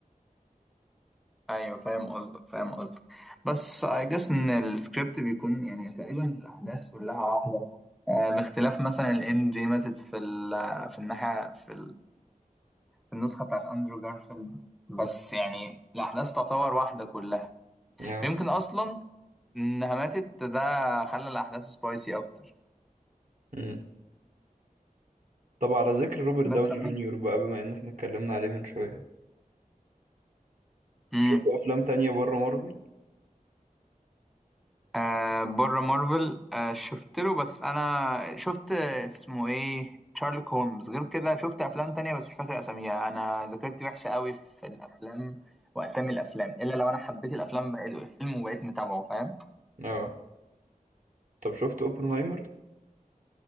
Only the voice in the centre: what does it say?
ايوه فاهم قصدك فاهم قصدك بس I guess ان السكريبت بيكون يعني تقريبا الاحداث كلها واحدة آه باختلاف مثلا الام جي ماتت في ال... في الناحية في النسخة بتاعت أندرو جارفيلد بس يعني الأحداث تعتبر واحدة كلها
ويمكن أصلا إنها ماتت ده خلى الأحداث سبايسي أكتر
بس
امم
آه بره مارفل آه شفت له بس أنا شفت اسمه إيه شارلوك هولمز غير كده شفت أفلام تانية بس مش فاكر أساميها أنا ذاكرتي وحشة قوي في الأفلام وأسامي الأفلام إلا لو أنا حبيت الأفلام بقيت الفيلم وبقيت متابعه فاهم